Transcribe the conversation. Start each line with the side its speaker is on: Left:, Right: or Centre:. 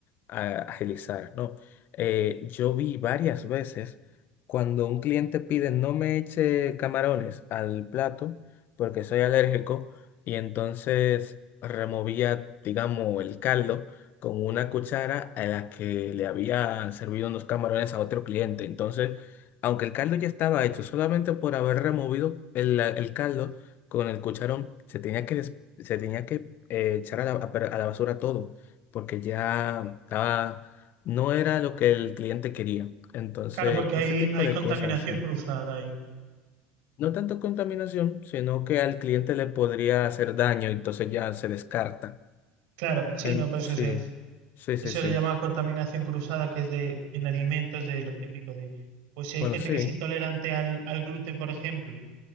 Left: a- agilizar, ¿no? Eh, yo vi varias veces cuando un cliente pide no me eche camarones al plato porque soy alérgico y entonces removía, digamos, el caldo con una cuchara a la que le habían servido unos camarones a otro cliente. Entonces, aunque el caldo ya estaba hecho, solamente por haber removido el el caldo, con el cucharón se tenía que, des- se tenía que eh, echar a la, a per- a la basura todo, porque ya estaba, no era lo que el cliente quería. Entonces,
Right: Claro, porque
Left: ese
Right: hay,
Left: tipo
Right: hay
Left: de
Right: contaminación
Left: cosas, sí.
Right: cruzada ahí.
Left: No tanto contaminación, sino que al cliente le podría hacer daño, y entonces ya se descarta.
Right: Claro, sí,
Left: En,
Right: no, pero eso
Left: sí,
Right: se,
Left: sí, sí,
Right: eso
Left: sí.
Right: le llama contaminación cruzada, que es de, en alimentos, de lo típico de, pues si hay
Left: Bueno,
Right: gente
Left: sí.
Right: que es intolerante al, al gluten, por ejemplo,